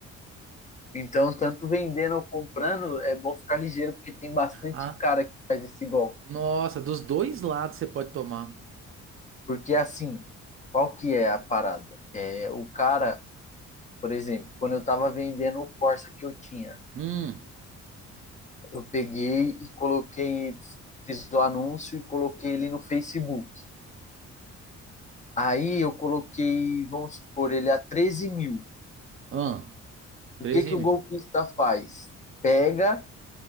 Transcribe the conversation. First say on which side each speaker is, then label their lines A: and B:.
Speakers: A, on the left; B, on the right.
A: Então, tanto vendendo ou comprando, é bom ficar ligeiro, porque tem bastante
B: Ah,
A: cara que faz esse golpe.
B: Nossa, dos dois lados você pode tomar.
A: Porque, assim, qual que é a parada? É, o cara, por exemplo, quando eu estava vendendo o Corsa que eu tinha,
B: Hum,
A: eu peguei e coloquei, fiz o anúncio e coloquei ele no Facebook. Aí eu coloquei, vamos supor, ele a 13 mil.
B: ah,
A: O
B: treze
A: que que
B: e
A: o
B: meio,
A: golpista faz? Pega,